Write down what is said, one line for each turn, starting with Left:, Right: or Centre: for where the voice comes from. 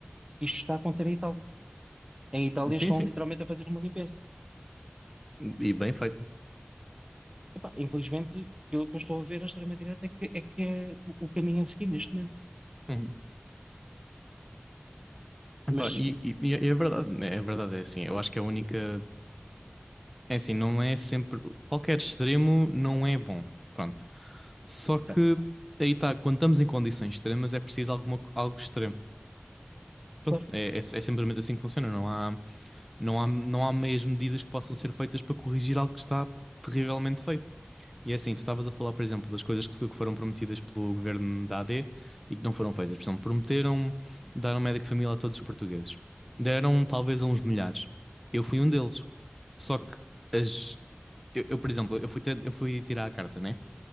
Right: Isto está a acontecer em Itália. Em Itália
Centre: sim,
Right: estão
Centre: sim.
Right: literalmente a fazer uma limpeza.
Centre: E bem feito.
Right: Epá, infelizmente, pelo que eu estou a ver, a extrema-direita é que é, que é o o caminho a seguir neste momento.
Centre: Uhum.
Right: Mas,
Centre: Epá, e, e, e é verdade, né? é verdade, é assim. Eu acho que a única. É assim, não é sempre. Qualquer extremo não é bom. Pronto. Só que
Right: portanto,
Centre: aí está, quando estamos em condições extremas, é preciso alguma, algo extremo. Pronto,
Right: claro,
Centre: é, é, é simplesmente assim que funciona. Não há, não há, não há meias medidas que possam ser feitas para corrigir algo que está terrivelmente feito. E é assim, tu estavas a falar, por exemplo, das coisas que, se- que foram prometidas pelo governo da AD e que não foram feitas. Por exemplo, prometeram dar um médico de família a todos os portugueses. Deram talvez a uns milhares. Eu fui um deles. Só que as. Eu, eu, por exemplo, eu fui, ter- eu fui tirar a carta, né?